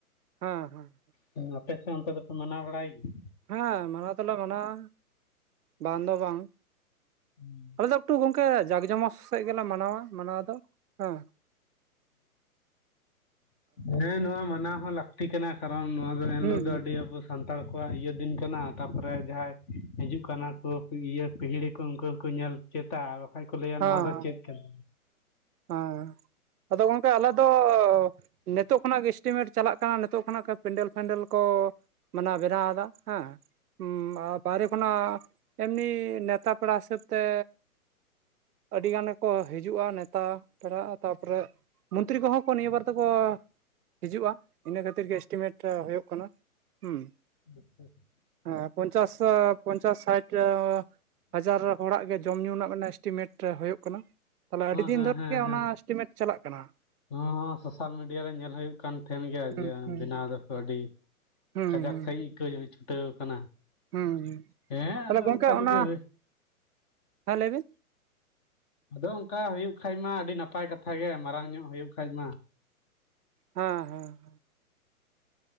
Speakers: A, on the right; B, on the left.
A: ᱦᱮᱸ ᱦᱮᱸ
B: ᱦᱮᱸ ᱟᱯᱮ ᱥᱮᱫ ᱚᱱᱛᱮ ᱫᱚᱯᱮ ᱢᱟᱱᱟᱣ ᱵᱟᱲᱟᱭ ᱜᱮᱭᱟ
A: ᱦᱮᱸ ᱢᱟᱱᱟᱣ ᱫᱚᱞᱮ ᱢᱟᱱᱟᱣᱟ ᱵᱟᱝ ᱫᱚ ᱵᱟᱝ
B: <unintelligible>
A: ᱟᱞᱮ ᱫᱚ ᱮᱠᱴᱩ ᱜᱚᱝᱠᱮ ᱡᱟᱠ ᱡᱚᱢᱚᱠ ᱥᱟᱦᱤᱡ ᱜᱮᱞᱮ ᱢᱟᱱᱟᱣᱟ ᱢᱟᱱᱟᱣ ᱫᱚ ᱦᱮᱸ
B: ᱦᱩᱸ ᱱᱚᱣᱟ ᱢᱟᱱᱟᱣ ᱦᱚᱸ ᱞᱟᱹᱠᱛᱤ ᱠᱟᱱᱟ ᱠᱟᱨᱚᱱ ᱱᱚᱣᱟ ᱮᱱᱦᱤᱞᱳᱜ
A: ᱦᱩᱸ
B: ᱫᱚ ᱟᱹᱰᱤ ᱟᱵᱚ ᱥᱟᱱᱛᱟᱲ ᱠᱚᱣᱟᱜ ᱤᱭᱟᱹ ᱫᱤᱱ ᱠᱟᱱᱟ ᱛᱟᱯᱚᱨᱮ ᱡᱟᱦᱟᱸᱭ ᱦᱤᱡᱩᱜ ᱠᱟᱱᱟ ᱠᱩ ᱤᱭᱟᱹ ᱯᱤᱦᱲᱤ ᱠᱚ ᱩᱱᱠᱩ ᱦᱚᱸᱠᱚ ᱧᱮᱞ ᱪᱮᱫᱟ ᱵᱟᱠᱷᱟᱡ ᱠᱚ ᱞᱟᱹᱭᱟ
A: ᱦᱮᱸ
B: ᱱᱚᱣᱟ ᱫᱚ ᱪᱮᱫ ᱠᱟᱱᱟ
A: ᱦᱮᱸ ᱟᱫᱚ ᱜᱚᱢᱠᱮ ᱟᱞᱮ ᱫᱚ ᱱᱤᱛᱚᱜ ᱠᱷᱚᱱᱟᱜ ᱜᱮ ᱮᱥᱴᱤᱢᱮᱴ ᱪᱟᱞᱟᱜ ᱠᱟᱱᱟ ᱱᱤᱛᱚᱜ ᱠᱷᱚᱱᱟᱜ ᱜᱮ ᱯᱮᱱᱰᱮᱞ ᱯᱷᱮᱱᱰᱮᱞ ᱠᱚ ᱢᱟᱱᱮ ᱵᱮᱱᱟᱣᱫᱟ ᱦᱮᱸ ᱵᱟᱦᱨᱮ ᱠᱷᱚᱱᱟᱜ ᱮᱢᱱᱤ ᱱᱮᱣᱛᱟ ᱯᱮᱲᱟ ᱦᱤᱥᱟᱹᱵ ᱛᱮ ᱟᱹᱰᱤ ᱜᱟᱱ ᱜᱮᱠᱚ ᱦᱤᱡᱩᱜᱼᱟ ᱱᱮᱣᱛᱟ ᱯᱮᱲᱟ ᱛᱟᱯᱚᱨᱮ ᱢᱚᱱᱛᱨᱤ ᱠᱚᱦᱚᱸ ᱠᱚ ᱱᱤᱭᱟᱹ ᱵᱟᱨ ᱫᱚᱠᱚ ᱦᱤᱡᱩᱜᱼᱟ ᱤᱱᱟᱹ ᱠᱷᱟᱹᱛᱤᱨ ᱜᱮ ᱮᱥᱴᱤᱢᱮᱴ ᱫᱚ ᱦᱩᱭᱩᱜ ᱠᱟᱱᱟ ᱦᱩᱸ
B: ᱟᱪᱪᱷᱟ ᱟᱪᱪᱷᱟ
A: ᱦᱮᱸ ᱯᱚᱧᱪᱟᱥᱥᱚ ᱯᱚᱧᱪᱟᱥ ᱥᱟᱴ ᱦᱟᱡᱟᱨ ᱦᱚᱲᱟᱜ ᱜᱮ ᱡᱚᱢ ᱧᱩ ᱨᱮᱱᱟᱜ ᱮᱥᱴᱤᱢᱮᱴ ᱦᱩᱭᱩᱜ ᱠᱟᱱᱟ ᱛᱟᱦᱚᱞᱮ ᱟᱹᱰᱤ ᱫᱤᱱ
B: ᱦᱮᱸ
A: ᱫᱷᱚᱨᱮ
B: ᱦᱮᱸ ᱦᱮᱸ
A: ᱜᱮ
B: ᱦᱮᱸ
A: ᱚᱱᱟ ᱮᱥᱴᱤᱢᱮᱴ ᱪᱟᱞᱟᱜ ᱠᱟᱱᱟ
B: ᱦᱚᱸ ᱥᱳᱥᱟᱞ ᱢᱤᱰᱤᱭᱟ ᱨᱮ ᱧᱮᱞ ᱦᱩᱭᱩᱜ ᱠᱟᱱ ᱛᱟᱦᱮᱸᱱ ᱜᱮᱭᱟ
A: ᱦᱩᱸ
B: ᱡᱮ
A: ᱦᱩᱸ
B: ᱵᱮᱱᱟᱣ ᱫᱟᱠᱚ ᱟᱹᱰᱤ
A: ᱦᱩᱸ
B: ᱠᱟᱡᱟᱠ
A: ᱦᱩᱸ
B: ᱥᱟᱸᱦᱤᱡ ᱜᱮᱠᱚ ᱪᱷᱩᱴᱟᱹᱣ ᱠᱟᱱᱟ
A: ᱦᱩᱸ
B: ᱦᱮᱸ
A: ᱛᱟᱦᱚᱞᱮ
B: ᱟᱫᱚ
A: ᱜᱚᱝᱠᱮ
B: ᱚᱱᱠᱟ ᱡᱩᱫᱤ
A: ᱚᱱᱟ
B: ᱦᱩᱭ
A: ᱦᱮᱸ ᱞᱟᱹᱭ ᱵᱤᱱ
B: ᱟᱫᱚ ᱚᱱᱠᱟ ᱦᱩᱭᱩᱜ ᱠᱷᱟᱡ ᱢᱟ ᱟᱹᱰᱤ ᱱᱟᱯᱟᱭ ᱠᱟᱛᱷᱟ ᱜᱮ ᱢᱟᱨᱟᱝ ᱧᱚᱜ ᱦᱩᱭᱩᱜ ᱠᱷᱟᱡ ᱢᱟ
A: ᱦᱮᱸ ᱦᱮᱸ